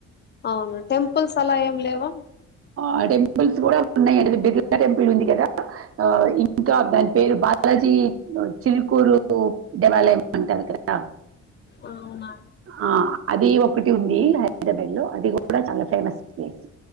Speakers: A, on the left; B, on the right.
A: అవును టెంపుల్స్ అల ఏం లేవ
B: ఆ టెంపుల్స్ కూడ ఉన్నాయి అండి <unintelligible> టెంపుల్ ఉంది కదా ఆ ఇంకా దాని పేరు బాలాజీ చిల్కూరు <unintelligible> అ కదా
A: అవున
B: ఆ అది ఒకటి ఉంది హైదరాబాద్ లో అది కూడ చాల ఫేమస్ ప్లేస్